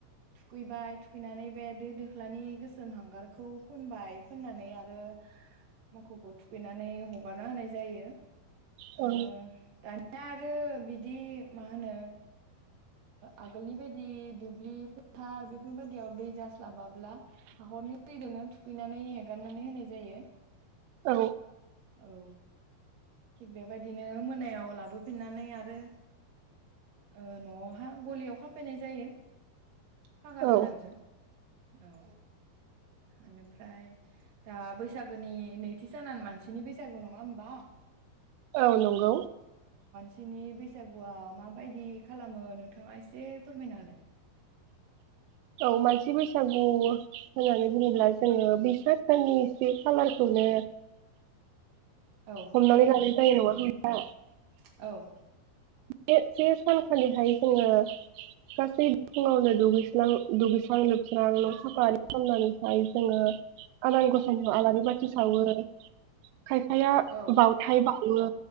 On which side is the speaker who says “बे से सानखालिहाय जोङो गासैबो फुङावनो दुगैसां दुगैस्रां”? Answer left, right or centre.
Right